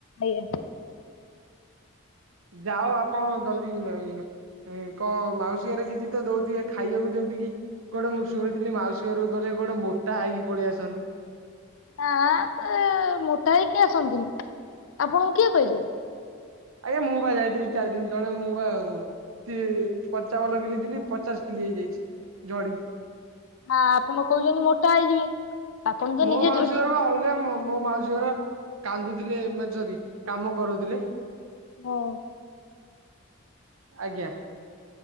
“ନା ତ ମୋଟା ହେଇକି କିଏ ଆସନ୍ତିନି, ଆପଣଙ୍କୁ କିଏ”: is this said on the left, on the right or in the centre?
Left